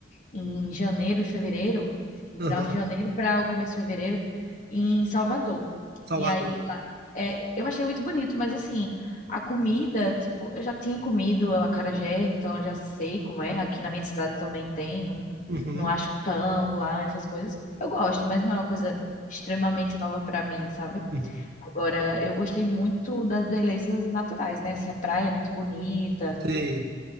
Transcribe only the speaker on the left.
em janeiro e fevereiro, no
final de janeiro para o começo de fevereiro, em Salvador.
E aí lá, é, eu achei muito bonito, mas assim, a comida, tipo, eu já tinha comido acarajé, então eu já sei como é. Aqui na minha cidade também tem, não,
não acho tão lá essas coisas. Eu gosto, mas não é uma coisa extremamente nova para mim, sabe?
Agora, eu gostei muito das belezas naturais, né? Assim, a praia é muito bonita,